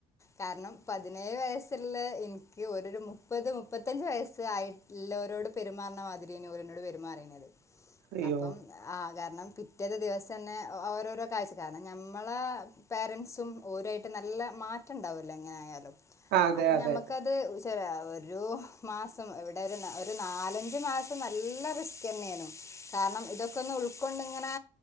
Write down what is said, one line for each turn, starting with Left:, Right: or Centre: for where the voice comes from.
Left: കാരണം പതിനേഴ് വയസ്സുള്ള എനിക്ക് മുപ്പത് മുപ്പത്തഞ്ച് വയസ്സ് ആയിട്ടുള്ളവരോട് പെരുമാറുന്ന മാതിരിയാണ് ഓര് എന്നോട് പെരുമാറിയത്
Right: അയ്യോ
Left: അപ്പം ആ കാരണം പിറ്റേത് ദിവസം തന്നെ ഓരോരോ കാഴ്ച കാരണം ഞമ്മള പേരന്റ്സും ഓരായിട്ട് നല്ല മാറ്റം ഉണ്ടാവല്ലോ എങ്ങനെ ആയാലും
Right: അതെ
Left: അപ്പൊ
Right: അതെ
Left: നമ്മുക്കത് ചില ഒരു മാസം ഇവിടെ ഒരു ഒരു നാലഞ്ച് മാസം നല്ല റിസ്ക് തന്നെയാണ് കാരണം ഇതൊക്കെ ഒന്ന് ഉൾക്കൊണ്ടിങ്ങനെ